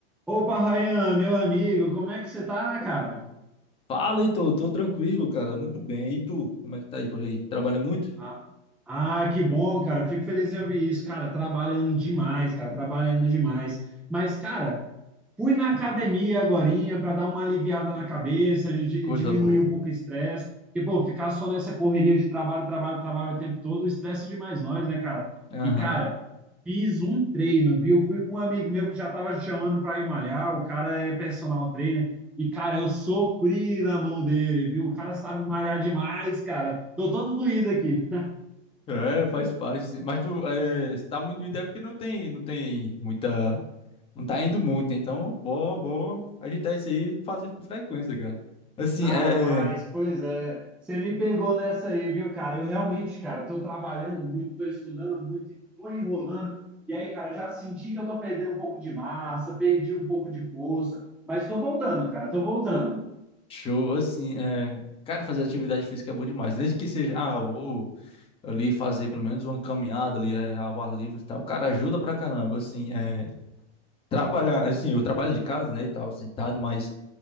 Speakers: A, in the centre; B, on the left.
A: Opa, Rayan, meu amigo, como é que você tá, cara?
B: Fala, Heitor, tô tranquilo, cara, muito bem. E tu, como é que tá aí por aí? Trabalha muito?
A: Ah, ah, que bom, cara. Eu fico feliz em ouvir isso, cara. Trabalhando demais, cara. Trabalhando demais. Mas, cara, fui na academia agorinha para dar uma aliviada na cabeça, di-
B: Coisa
A: diminuir
B: boa.
A: um pouco o estresse. Porque, pô, ficar só nessa correria de trabalho, trabalho, trabalho o tempo todo, estressa demais nós, né, cara?
B: Aham.
A: E, cara, fiz um treino, viu? Fui com um amigo meu que já tava chamando para ir malhar. O cara é personal trainer. E, cara, eu sofri na mão dele, viu? O cara sabe malhar demais, cara. Tô todo doído aqui.
B: É, faz parte, sim. Mas tu é, se tá muito ideia porque não tem, não tem muita, não tá indo muito, então, boa, boa, ajeitar isso aí, e fazer com frequência, cara. Assim,
A: Ah,
B: é,
A: Rapaz,
B: é,
A: pois é. Você me pegou nessa aí, viu, cara? Eu realmente, cara, tô trabalhando muito, tô estudando muito e tô enrolando. E aí, cara, eu já senti que eu tô perdendo um pouco de massa, perdi um pouco de força, mas tô voltando, cara, tô voltando.
B: show, assim, é, cara, fazer atividade física é bom demais, desde que seja, ah, eu vou ali fazer pelo menos uma caminhada ali é, ao ar livre e tal, cara, ajuda pra caramba, assim, é, trabalhar, assim, eu trabalho de casa, né, e tal, sentado, mas